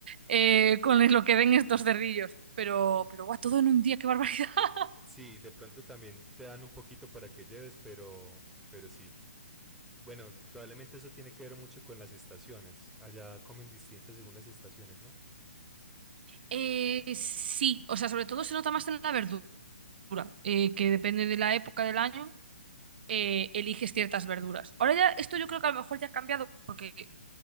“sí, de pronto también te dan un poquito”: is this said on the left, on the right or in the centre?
Centre